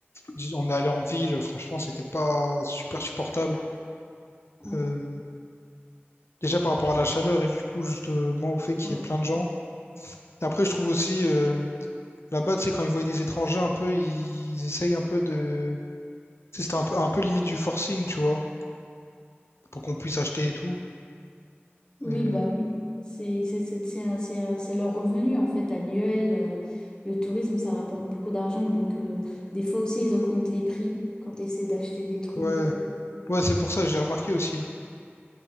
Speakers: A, on the left; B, on the left.
A: Dis- On est allé en ville. Franchement, c'était pas super supportable.
B: Ouais.
A: Euh, Déjà par rapport à la chaleur et du coup, justement, au fait qu'il
B: Ouais.
A: y ait plein de gens. Après, je trouve aussi, euh, là-bas, tu sais, quand ils voient des étrangers, un peu, ils, ils essayent un peu de. tu sais, C'était un peu, un peu limite du forcing, tu vois, pour qu'on puisse acheter et tout.
B: Oui,
A: Euh,
B: bah oui. C'est c'est- c'est- c'est un- c'est un- c'est leur revenu en fait annuel. euh, le tourisme, ça rapporte beaucoup d'argent. Donc euh, des fois aussi, ils augmentent les prix quand tu essaies d'acheter des trucs.
A: ouais,
B: euh.
A: ouais, c'est pour ça, j'ai remarqué aussi.